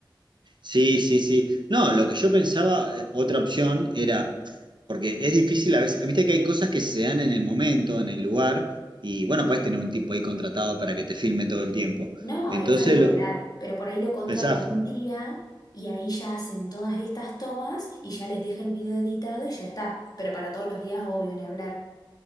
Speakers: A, on the right (about 65°); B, on the left (about 50°).
A: Sí, sí, sí. No, lo que yo pensaba, eh, otra opción era, porque es difícil a veces, viste que hay cosas que se dan en el momento, en el lugar, y bueno, puedes tener un tipo ahí contratado para que te filme todo el tiempo.
B: No,
A: Entonces,
B: eso ni hablar,
A: lo,
B: pero por ahí lo contratan
A: pensaba,
B: un día y ahí ya hacen todas estas tomas y ya les deja el video editado y ya está. Pero para todos los días, obvio, ni hablar.